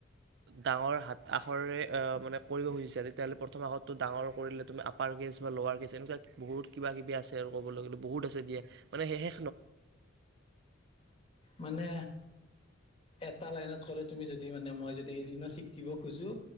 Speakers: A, on the right; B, on the left.
A: ডাঙৰ হাত আখৰে মানে কৰিব খুজিছা তেতিয়াাহলে প্ৰথম আখটো ডাঙৰ কৰিলে তুমি আপাৰ কেচ বা লাৰ কেছ এনেকুৱা বহুত কিবা কিবি আছে আৰু কবলে গ'লে বহুত আছে দিয়া মানে সেহে
B: মানে এটা লাইনত ক'লে তুমি যদি মানে মই য এদিনত শিকিব খোজো